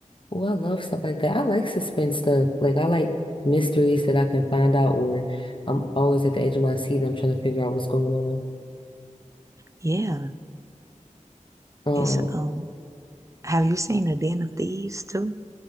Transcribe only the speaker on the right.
Yeah,
it's
um. Have you seen The Den of Thieves too?